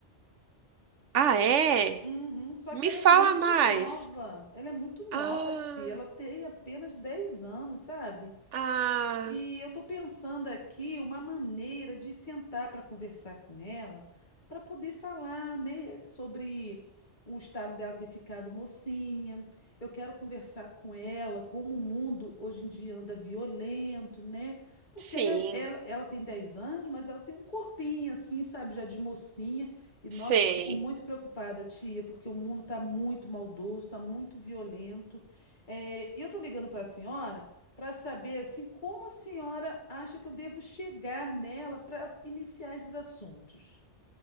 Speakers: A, on the right; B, on the left.
A: Ah, é?
B: Uhum, só
A: Me
B: que ela
A: fala
B: é muito
A: mais.
B: nova. Ela é muito
A: Ah,
B: nova, tia. Ela tem apenas 10 anos, sabe?
A: ah,
B: E eu estou pensando aqui uma maneira de sentar para conversar com ela, para poder falar, né, sobre o estado dela ter ficado mocinha. Eu quero conversar com ela, como o mundo hoje em dia anda violento, né? Porque
A: sim,
B: ela, é- ela, ela tem 10 anos, mas ela tem um corpinho assim, sabe, já de mocinha. E
A: sei.
B: nossa, eu fico muito preocupada, tia, porque o mundo está muito maldoso, está muito violento. É, e eu estou ligando para a senhora para saber assim como a senhora acha que eu devo chegar nela para iniciar esses assuntos.